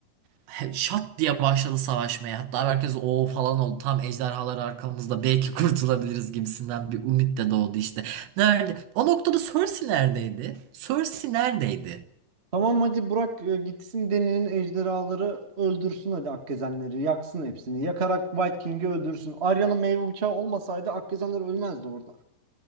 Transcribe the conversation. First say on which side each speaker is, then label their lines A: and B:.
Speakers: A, on the right; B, on the right.
A: he- şat diye başladı savaşmaya. Hatta herkes o falan oldu. Tam ejderhalar arkamızda belki <laughs> kurtulabiliriz gibisinden bir umut da doğdu işte. Nerede? O noktada Cersei neredeydi? Cersei neredeydi?
B: Tamam hadi Burak e, gitsin Deni'nin ejderhaları öldürsün hadi Akkezenleri yaksın hepsini. Yakarak White King'i öldürsün. Arya'nın meyve bıçağı olmasaydı Akkezenler ölmezdi orada.